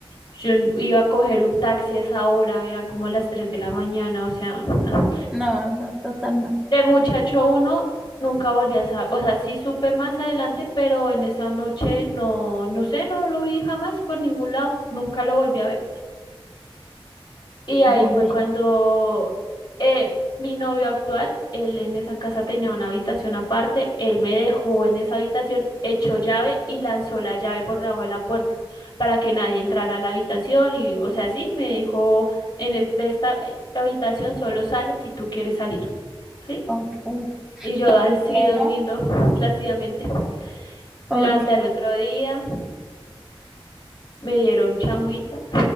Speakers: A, on the left; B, in the centre.
A: yo n- iba a coger un taxi a esa hora, eran como las 3 de la mañana, o sea, no.
B: No, no, totalmente.
A: De muchacho uno nunca volví a saber, o sea, sí supe más adelante, pero en esa noche no, no sé, no lo vi jamás por ningún lado, nunca lo volví a ver. Y ahí
B: Vale,
A: fue cuando eh, mi novio actual, él en esa casa tenía una habitación aparte, él me dejó en esa habitación, echó llave y lanzó la llave por debajo de la puerta para que nadie entrara a la habitación y, o sea, sí, me dijo, en es- de esta eh, habitación solo sales si tú quieres salir. ¿sí?
B: ok.
A: Y yo así
B: Bueno,
A: durmiendo <laughs> plácidamente. Me
B: ok.
A: levanté al otro día, me dieron changuita.